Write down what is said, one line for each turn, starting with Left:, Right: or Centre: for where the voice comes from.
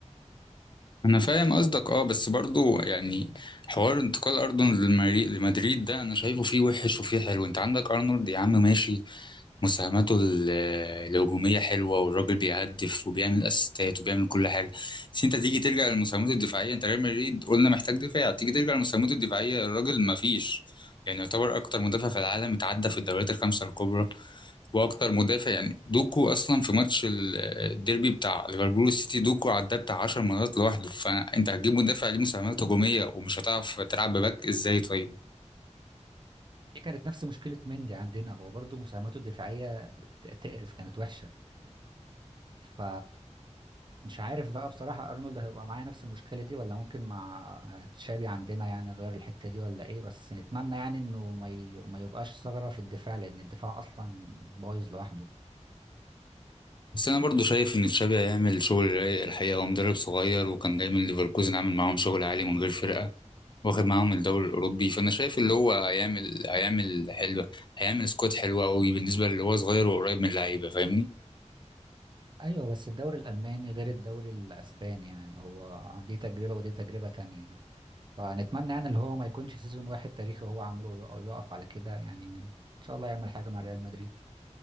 Left: انا فاهم قصدك اه بس برضو يعني حوار انتقال ارنولد للمري- لمدريد ده انا شايفه فيه وحش وفيه حلو انت عندك ارنولد يا عم ماشي مساهماته ال- الهجومية حلوة والراجل بيهدف وبيعمل اسيستات وبيعمل كل حاجة بس انت تيجي ترجع للمساهمات الدفاعية انت ريال مدريد قلنا محتاج دفاع تيجي ترجع للمساهمات الدفاعية الراجل ما فيش يعني يعتبر اكتر مدافع في العالم اتعدى في الدوريات الخمسة الكبرى واكتر مدافع يعني دوكو اصلا في ماتش ال- الديربي بتاع ليفربول والسيتي دوكو عداه بتاع 10 مرات لوحده فانت هتجيب مدافع ليه مساهمات هجومية ومش هتعرف تلعب بباك ازاي طيب
Right: دي كانت نفس مشكلة مندي عندنا هو برضو مساهماته الدفاعية ت- تقرف كانت وحشة ف مش عارف بقى بصراحة أرنولد هيبقى معايا نفس المشكلة دي ولا ممكن مع تشابي عندنا يعني غير الحتة دي ولا إيه بس نتمنى يعني إنه ما ي... ما يبقاش ثغرة في الدفاع لأن الدفاع أصلا بايظ لوحده
Left: بس انا برضو شايف ان تشابي هيعمل شغل رايق الحقيقه هو مدرب صغير وكان جاي من ليفركوزن عامل معاهم شغل عالي من غير فرقه واخد معاهم الدوري الاوروبي فانا شايف اللي هو هيعمل هيعمل حلوه هيعمل سكواد حلو قوي بالنسبه اللي هو صغير وقريب من اللعيبه فاهمني
Right: أيوه بس الدوري الألماني غير الدوري الأسباني يعني هو دي تجربة ودي تجربة تانية فنتمنى يعني اللي هو ما يكونش سيزون واحد تاريخي هو عمله يقف على كده يعني إن شاء الله يعمل حاجة مع ريال مدريد